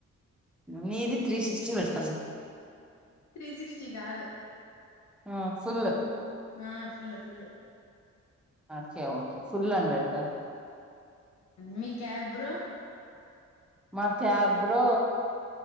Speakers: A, in the centre; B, on the left (about 65°).
A: నీ ఇది త్రీ ఫిఫ్టీ పెడతాం
B: త్రీ సిక్స్టీ కాదు
A: ఆ ఫుల్
B: ఆ ఫుల్ ఫుల్
A: ఓకే ఓకే ఫుల్లాని వెడతల్
B: మీ క్యాబ్ బ్రో
A: మా క్యాబ్రో